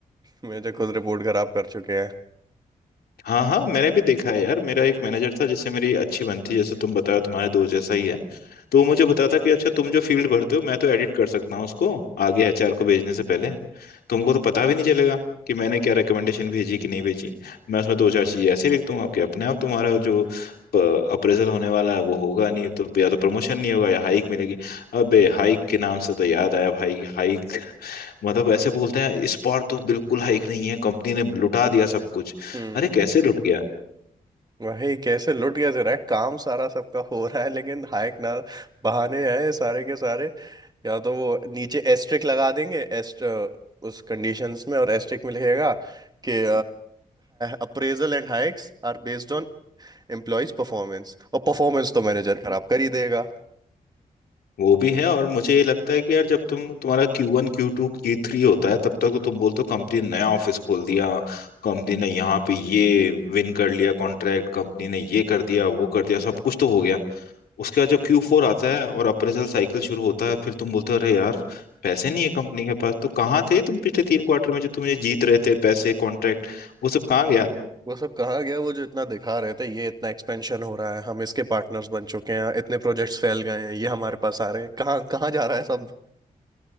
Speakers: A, on the right; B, on the left.
A: मैनेजर खुद रिपोर्ट खराब कर चुके हैं
B: हाँ हाँ मैंने भी देखा है यार मेरा एक मैनेजर था जिससे मेरी अच्छी बनती है जैसे तुम बताओ तुम्हारे दोस्त जैसा ही है तो वो मुझे बताता कि अच्छा तुम जो फील्ड भरते हो मैं तो एडिट कर सकता हूँ उसको आगे एचआर को भेजने से पहले तुमको तो पता भी नहीं चलेगा कि मैंने क्या रिकमेंडेशन भेजी कि नहीं भेजी मैं उसमें दो चार चीजें ऐसे लिख दूंगा कि अपने आप तुम्हारा जो अप्रेजल होने वाला है वो होगा नहीं तो या तो प्रमोशन नहीं होगा या हाइक मिलेगी अबे हाइक के नाम से तो याद आया भाई हाइक मतलब ऐसे बोलते हैं इस बार तो बिल्कुल हाइक नहीं है कंपनी ने लुटा दिया सब कुछ
A: हम्म।
B: अरे कैसे लुट गया
A: भाई कैसे लुट कैसे रहा है काम सारा सबका हो रहा है लेकिन हाइक ना बहाने आए सारे के सारे या तो वो नीचे एस्ट्रिक लगा देंगे एस्ट उस कंडीशंस में और एस्ट्रिक में लिखेगा कि appraisal and hikes are based on employees performance और परफॉर्मेंस तो मैनेजर खराब कर ही देगा
B: वो भी है और मुझे ये लगता है कि यार जब तुम तुम्हारा Q one Q two Q three होता है तब तक तो तुम बोलते हो कंपनी ने नया ऑफिस खोल दिया कंपनी ने यहाँ पे ये विन कर लिया कॉन्ट्रैक्ट कंपनी ने ये कर दिया वो कर दिया सब कुछ तो हो गया उसके बाद जब क्यू फोर आता है और अप्रेजल साइकिल शुरू होता है फिर तुम बोलते हो अरे यार पैसे नहीं है कंपनी के पास तो कहाँ थे तुम पिछले तीन क्वार्टर में जो तुम ये जीत रहे थे पैसे कॉन्ट्रैक्ट वो सब कहाँ गया
A: वो सब कहाँ गया वो जो इतना दिखा रहे थे ये इतना एक्सपेंशन हो रहा है हम इसके पार्टनर्स बन चुके हैं इतने प्रोजेक्ट्स फैल गए हैं ये हमारे पास आ रहे हैं कहाँ कहाँ जा रहा है सब